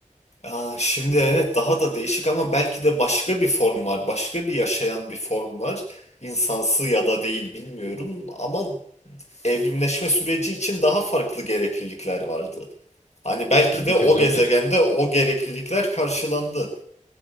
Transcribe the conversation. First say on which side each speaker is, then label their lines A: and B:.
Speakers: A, on the left; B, on the left.
A: Aa, şimdi evet daha da değişik ama belki de başka bir form var, başka bir yaşayan bir form var. İnsansı ya da değil bilmiyorum ama evrimleşme süreci için daha farklı gereklilikler vardı. Hani belki
B: Tabii
A: de
B: ki
A: o
B: olabilir.
A: gezegende o gereklilikler karşılandı.